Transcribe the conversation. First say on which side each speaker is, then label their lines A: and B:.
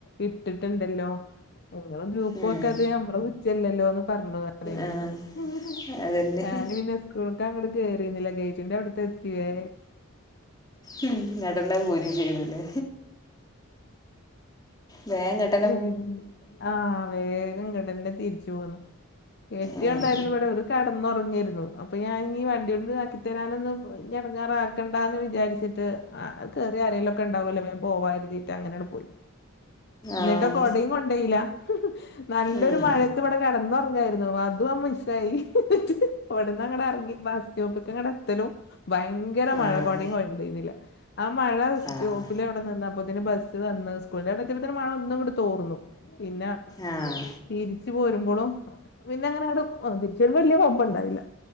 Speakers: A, on the left (about 50°); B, on the left (about 20°).
A: ഇട്ടിട്ടുണ്ടല്ലോ ഇങ്ങള് ഗ്രൂപ്പാേക്കാത്തത്
B: ഉം
A: ഞമ്മളെ കുറ്റല്ലല്ലോന്ന് പർണു
B: ആഹ്
A: <unintelligible> മാമ്
B: അതന്നെ ഹ്
A: ഞങ്ങള്പിന്നെ സ്കൂൾക്കങ്ങട് കേറീന്നില ഗൈറ്റിന്റെ അവ്ട്ക്കെത്തി ഏ
B: ഉ ഇങ്ങടന്നെ പോരും ചെയ്തുല്ലേ വേം ഇങ്ങട്ട്
A: തേങ്ങണം ആഹ് വേഗം ഇങ്ങട്ടന്നെ തിരിച്ചുപോന്നു കെട്യൊണ്ടായിരുന്നു
B: ഉം
A: ഇവിടം ഓരു കടന്നുറങ്ങിരുന്നു അപ്പൊ ഞാൻ ഇനീ വണ്ടിയൊണ്ട് ആക്കി തെരാനൊന്നും ഞ് എടങ്ങാറാക്കണ്ടാന്ന് വിചാരിച്ചിട്ട് ആഹ് കേറിയാആരേലൊക്കെ ഇണ്ടാവൊല്ലോ മേമ് പോവാരുതീട്ടങ്ങനെണ്പോയി ഇന്നിട്ടോ
B: ആഹ്
A: കൊടേം കൊണ്ടോയില്ല നല്ലൊരു
B: ഉം
A: മഴയത്ത് ഇവിടെ കിടന്ന ഒറങ്ങ പുവ്വാരിന്നു അതുംമിസ്സായി ഹ്ഹ്ഹ്ഹ് അവ്ട്ന്നങ്ങടറങ്ങി ബസ് സ്റ്റോപ്പിക്കങ്ങട് എത്തലും ഭയങ്കര ങ്കര മഴ
B: ആഹ്
A: കൊടിം കൊണ്ടേയ്ന്നില ആഹ് മഴ സ്‌റ്റോപ്പിലവടെ
B: ആഹ്
A: നിന്ന അപ്പത്തിന് ബസ് വന്ന് സ്കൂളിന്റെ അവിടെ എത്തിയപ്പത്തിനും മഴ ഒന്നു ഇങ്ങട്ട് തോർന്നു പിന്നെ
B: ആഹ
A: തിരിച്ചു പോരുമ്പോഴും പിന്നെ അങ്ങനെ ഇവടെ തിരിച്ചുവരുമ്പൊ വെല്യ കാെഴപ്പണ്ടായില